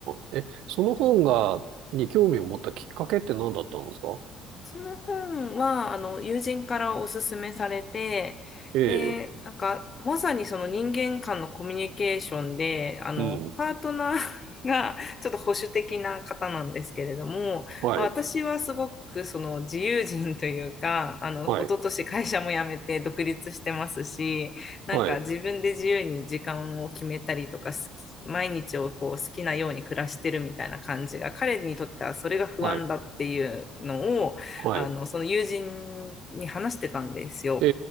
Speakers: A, on the right (about 75°); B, on the left (about 35°).
A: かな。え、その本が、に興味を持ったきっかけって何だったんですか
B: その本は、あの、友人からおすすめされて、
A: ええ、
B: で、なんか、まさにその人間間のコミュニケーションで、あの、
A: うん、
B: パートナー <laughs> がちょっと保守的な方なんですけれども、
A: はい、
B: まあ、私はすごくその自由人というか、あの、
A: はい、
B: 一昨年会社も辞めて独立してますし、なんか自分で自由に時間を決めたりとか、
A: はい、
B: す毎日をこう好きなように暮らしてるみたいな感じが、彼にとってはそれが不安だっていうのを、
A: はい、はい、
B: あの、その友人に話してたんですよ。
A: え